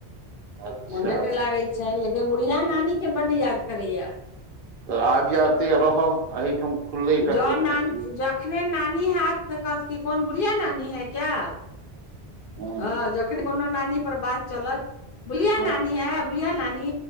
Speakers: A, on the right; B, on the left.
A: अच्छा
B: मोने नहि लागै लेकिन बुढ़िया नानी के बड्ड याद करैया
A: तऽ आबि एते रहब एहिठाम खुलले एकटा
B: जँ
A: कोचिंग
B: नानी
A: अथी
B: जखने नानी हैत तऽ कहत कि कोन बुढ़िया नानी है क्या
A: हँ
B: हाँ जखन कोनो नानी पर बात चलत बुढ़िया
A: हँ
B: नानी है बुढ़िया नानी